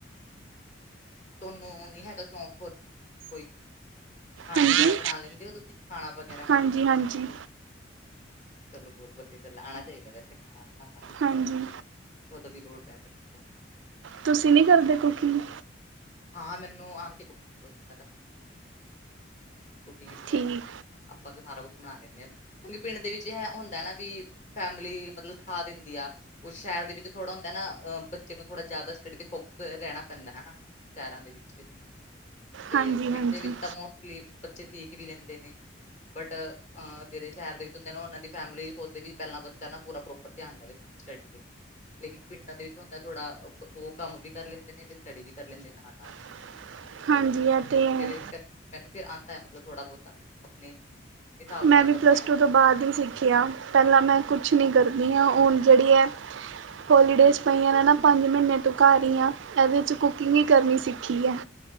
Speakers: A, on the left; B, on the right.
A: ਤੁਹਾਨੂੰ ਨੀ ਹੈਗਾ ਸ਼ੌਂਕ ਹੋਰ ਕੋਈ, ਖਾਣਾ
B: ਹਾਂਜੀ
A: ਵਗੈਰਾ ਬਣਾ ਲੈਂਦੇ ਹੋ ਤੁਸੀਂ। ਖਾਣਾ ਵਗੈਰਾ
B: ਹਾਂਜੀ ਹਾਂਜੀ
A: ਚਲੋ ਬਹੁਤ ਵਧੀਆ ਗੱਲ ਆਉਣਾ ਚਾਹੀਦਾ ਵੈਸੇ ਖਾਣਾ ਬਣਾਣਾ ਵੀ।
B: ਹਾਂਜੀ।
A: ਕਦੋਂ ਵੀ ਲੋੜ ਪੈ ਸਕਦੀ ਆ।
B: ਤੁਸੀਂ ਨਹੀਂ ਕਰਦੇ ਕੁਕਿੰਗ।
A: ਹਾਂ, ਮੈਨੂੰ ਆਂਦੀ ਏ ਕੁਕਿੰਗ ਬਹੁਤ ਜ਼ਿਆਦਾ। ਕੁਕਿੰਗ ਹੀ ਸੀ ਕਰਦੇ,
B: ਠੀਕ
A: ਆਪਾਂ ਤਾਂ ਸਾਰਾ ਕੁੱਛ ਬਣਾ ਲੈਨੇ। ਕਿਉਂਕਿ ਪਿੰਡ ਦੇ ਵਿੱਚ ਐ ਹੁੰਦਾ ਹੈ ਨਾ ਵੀ, ਫੈਮਿਲੀ ਮਤਲਬ ਸਿਖਾ ਦਿੰਦੀ ਆ। ਕੁਝ ਸ਼ਹਿਰ ਦੇ ਵਿੱਚ ਥੋੜਾ ਹੁੰਦਾ ਨਾ, ਅ, ਬੱਚੇ ਨੂੰ ਥੋੜਾ ਜ਼ਿਆਦਾ ਸਟੱਡੀ ਤੇ ਫੋਕਸ ਰਹਿਣਾ ਪੈਂਦਾ ਹਨਾ। ਸ਼ਹਿਰਾਂ ਦੇ ਵਿੱਚ ਤੇ-ਤੇ
B: ਹਾਂਜੀ
A: ਪਿੰਡ
B: ਹਾਂਜੀ
A: ਦੇ ਵਿੱਚ ਤਾਂ ਮੋਸਟਲੀ ਬੱਚੇ ਭੀਖ ਵੀ ਲੈਂਦੇ ਨੇ। ਬਟ ਅਹ ਜਿਹੜੇ ਸ਼ਹਿਰ ਦੇ ਵਿੱਚ ਹੁੰਦੇ ਨਾ ਉਹਨਾਂ ਦੀ ਫੈਮਿਲੀ ਸੋਚਦੀ ਵੀ ਪਹਿਲਾਂ ਬੱਚਾ ਨਾ ਪੂਰਾ ਪ੍ਰੋਪਰ ਧਿਆਨ ਦੇਵੇ। ਟਰੈਡ ਮਿੱਲ ਤੇ। ਲੇਕਿਨ ਪਿੰਡਾਂ ਦੇ ਵਿੱਚ ਹੁੰਦਾ ਥੋੜਾ ਉਹ ਕੰਮ ਵੀ ਕਰ ਲੈਂਦੇ ਨੇ ਤੇ ਸਟੱਡੀ ਵੀ ਕਰ ਲੈਂਦੇ ਨੇ ਨਾਲ-ਨਾਲ।
B: <inaudible>
A: ਤੋ
B: ਇਹ ਤੇ ਹੈ
A: ਫਿਰ ਇਸ ਕਰਕੇ ਤੈਨੂੰ ਤੇ ਆਉਂਦਾ ਹੈ ਮਤਲਬ ਥੋੜ੍ਹਾ ਬਹੁਤਾ ਆਪਣੇ ਹਿਸਾਬ
B: ਮੈਂ
A: ਨਾਲ
B: ਵੀ
A: ਤਾਂ ਬਣਾ
B: ਪਲੱਸ
A: ਹੀ
B: ਟੂ
A: ਲੈਂਦੇ
B: ਤੋਂ ਬਾਅਦ
A: ਆ
B: ਹੀ ਸਿੱਖਿਆ ਪਹਿਲਾਂ ਮੈਂ ਕੁਛ ਨਹੀਂ ਕਰਦੀ ਹਾਂ ਹੁਣ ਜਿਹੜੀ ਅ ਹੋਲੀਡੇਜ਼ ਪਈਆਂ ਨੇ ਨਾ, ਪੰਜ ਮਹੀਨੇ ਤੋਂ ਘਰ ਹੀ ਆ, ਇਹਦੇ ਵਿੱਚ ਕੁਕਿੰਗ ਹੀ ਕਰਨੀ ਸਿੱਖੀ ਹੈ।